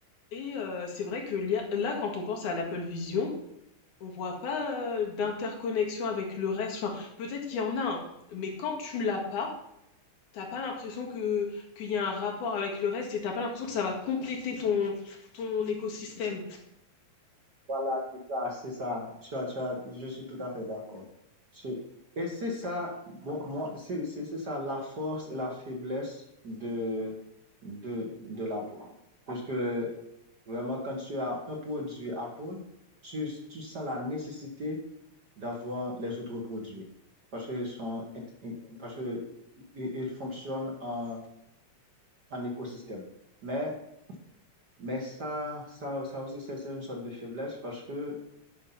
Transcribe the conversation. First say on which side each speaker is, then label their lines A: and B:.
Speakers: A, on the left; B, on the right.
A: Et euh, c'est vrai que lia- là, quand on pense à l'Apple Vision, on voit pas euh, d'interconnexion avec le reste. Enfin, peut-être qu'il y en a un, mais quand tu l'as pas, t'as pas l'impression que qu'il y a un rapport avec le reste, et t'as pas l'impression que ça va compléter ton ton écosystème.
B: Voilà, c'est ça, c'est ça. Tu as, tu as, je suis tout à fait d'accord. C'est- Et c'est ça, bon, moi, c'est c'est- c'est ça la force et la faiblesse de, de, de l'Apple. Parce que vraiment, quand tu as un produit Apple, tu, tu sens la nécessité d'avoir les autres produits. Parce qu'ils sont, int- parce que ils ils fonctionnent en, en écosystème. Mais, mais ça, ça, ça aussi, c'est c'est une sorte de faiblesse parce que